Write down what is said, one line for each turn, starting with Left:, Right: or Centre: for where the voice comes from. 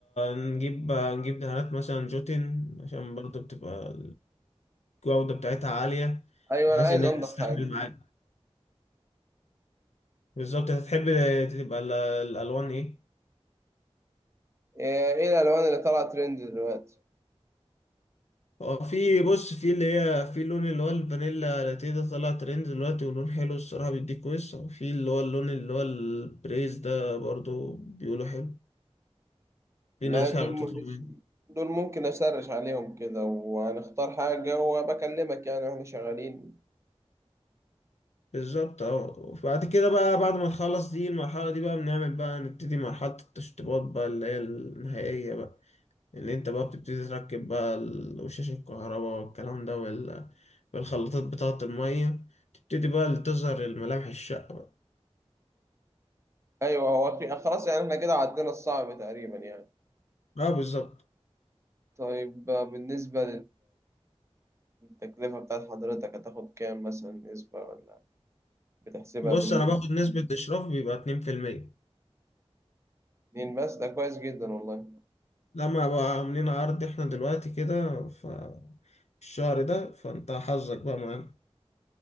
Left: نجيب بقى نجيب دهانات مثلا جوتن عشان برضه بتبقى الجودة بتاعتها عالية
Right: أيوة
Left: بحيث
Right: أنا عايز
Left: إنها
Right: أنضف
Left: تستحمل
Right: حاجة
Left: معاك بالظبط هتحب تبقى ال- الألوان إيه؟
Right: إيه إيه الألوان اللي طالعة ترند دلوقتي؟
Left: هو في بص في اللي هي في اللون اللي هو الفانيلا لاتيه ده طلع ترند دلوقتي ولون حلو الصراحة بيديك وش وفي اللي هو اللون اللي هو البريز ده برضو بيقولوا حلو في
Right: لا
Left: ناس
Right: دول
Left: يعني
Right: م-
Left: بتطلب منه
Right: دول ممكن أسرش عليهم كده وهنختار حاجة وبكلمك يعني وإحنا شغالين
Left: بالظبط اه وبعد كده بقى بعد ما نخلص دي المرحلة دي بقى بنعمل بقى نبتدي مرحلة التشطيبات بقى اللي هي النهائية بقى اللي انت بقى بتبتدي تركب بقى ال- وشاش الكهرباء والكلام ده وال- والخلاطات بتاعة المية تبتدي بقى تظهر الملامح الشقة بقى
Right: أيوة هو في- خلاص يعني إحنا كده عدينا الصعب تقريبا يعني
Left: اه بالظبط
Right: طيب بالنسبة للتكلفة بتاعت حضرتك هتاخد كام مثلا نسبة ولا بتحسبها
Left: بص
Right: بالمتر
Left: انا باخد نسبة اشراف بيبقى 2%
Right: اتنين بس ده كويس جدا والله
Left: لما بقى عاملين عرض احنا دلوقتي كده ف الشهر ده فانت حظك بقى معانا